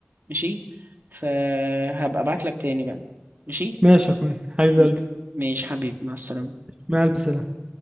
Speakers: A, on the right (about 50°); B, on the right (about 30°).
A: ماشي فهبقى ابعت لك تاني بقى ماشي
B: ماشي يا اخوي حبيب
A: م-
B: قلبي
A: ماشي حبيبي مع السلامة
B: مع الف سلامه